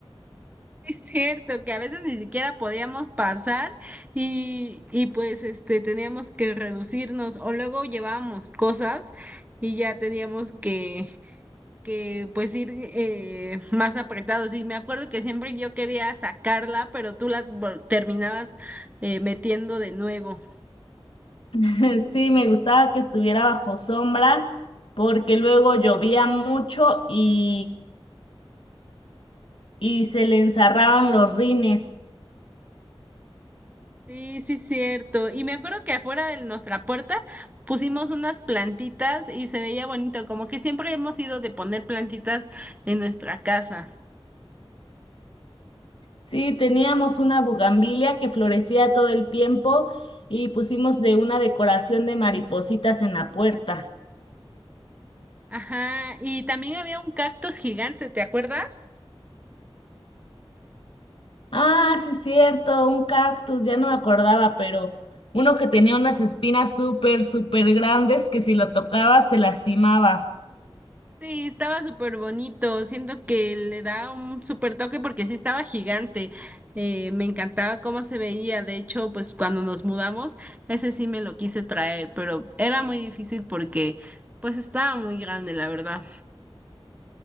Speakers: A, on the right; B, on the left.
A: Es cierto que a veces ni siquiera podíamos pasar y, y pues este teníamos que reducirnos o luego llevábamos cosas y ya teníamos que, que pues ir eh, más apretados. Y me acuerdo que siempre yo quería sacarla, pero tú la vol- terminabas eh, metiendo de nuevo.
B: <laughs> Sí, me gustaba que estuviera bajo sombra porque luego llovía mucho y, y se le enzarraban los rines.
A: Sí, sí, cierto. Y me acuerdo que afuera de nuestra puerta pusimos unas plantitas y se veía bonito, como que siempre hemos ido de poner plantitas en nuestra casa.
B: Sí, teníamos una bugambilia que florecía todo el tiempo y pusimos de una decoración de maripositas en la puerta.
A: Ajá, y también había un cactus gigante, ¿te acuerdas?
B: Ah, sí, cierto, un cactus, ya no me acordaba, pero uno que tenía unas espinas súper, súper grandes que si lo tocabas te lastimaba.
A: Sí, estaba súper bonito, siento que le da un súper toque porque sí estaba gigante. Eh, me encantaba cómo se veía, de hecho, pues cuando nos mudamos, ese sí me lo quise traer, pero era muy difícil porque pues estaba muy grande, la verdad.